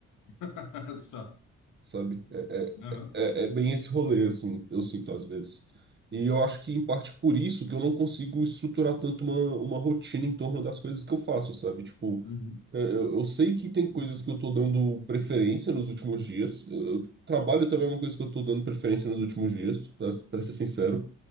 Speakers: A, on the left; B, on the right.
A: <laughs> Só.
B: sabe? É,
A: Aham.
B: é, é, é bem esse rolê, assim, eu sinto às vezes. E eu acho que, em parte, por isso que eu não consigo estruturar tanto uma, uma rotina em torno das coisas que eu faço, sabe? Tipo,
A: Uhum.
B: é, eu, eu sei que tem coisas que eu tô dando preferência nos últimos dias. Eu, eu- trabalho também é uma coisa que eu tô dando preferência nos últimos dias, pra pra ser sincero.